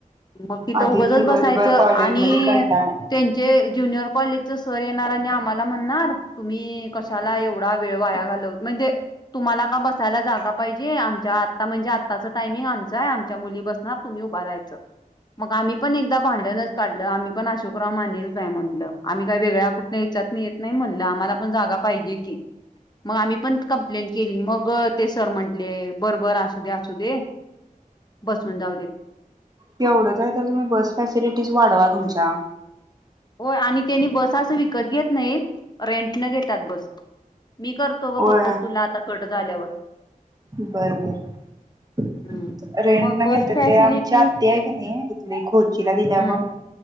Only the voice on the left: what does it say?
मग तिथं
उघचच
बसायचं
आणि
त्यांचे ज्युनियर कॉलेजच सर येणार आणि आम्हाला म्हणणार तुम्ही कशाला एवढा वेळ वाया घाल म्हणजे तुम्हाला का बसायला जागा पाहिजे आमच्या आता म्हणजे आत्ताचं टायमिंग आमचं आहे आमच्या मुली बसणार. तुम्ही उभारायच मग आम्ही पण एकदा भांडणच काढलं आम्ही पण अशोक <unintelligible> हाय म्हटलं आम्ही काही वेगळ्या कुठल्या ह्यच्यातन येत नाही म्हटलं आम्हाला पण जागा पाहिजे. मग आम्ही पण कंप्लेंट केली मग ते सर म्हंटले बर बर असू दे असू दे बसून जाऊ दे.
होय आणि त्यांनी बस अस विकत घेत नाहीत रेंट न घेतात बस मी करतो ग
परत तुला आता कट झाल्यावर
हम्म.
मग
बस
फॅसिलिटी
हम्म